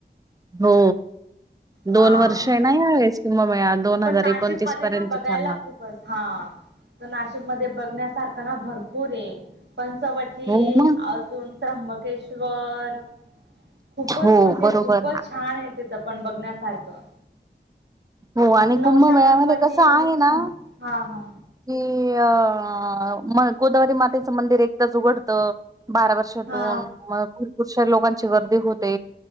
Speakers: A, on the right; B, on the right.
A: हो दोन
B: हा
A: वर्ष येणा ह्या वेळेस कुंभमेळा. दोन
B: पण
A: हजार
B: नाशिकमध्ये
A: एकोणतीस पर्यंत
B: ना बघायला
A: चालणार.
B: खूपच असतं हा नाशिकमध्ये बघण्यासारखा तिथं ना भरपूर ये पंचवटी
A: हो मग
B: अजून त्र्यंबके श्वर बरं खूपच
A: हो
B: म्हणजे
A: बरोबर
B: खूपच छान ये तिथं पण बघण्या सारखं
A: हो आणि
B: अजून नवश्या
A: कुंभमेळ्यामध्ये
B: गणपती
A: कसं आहे ना
B: हा हा
A: कि अ म गोदावरी मातेचं मंदिर एकदाच उघडतं, बारा वर्षातून
B: हा
A: मग भरपूर साऱ्या लोकांची गर्दी होते.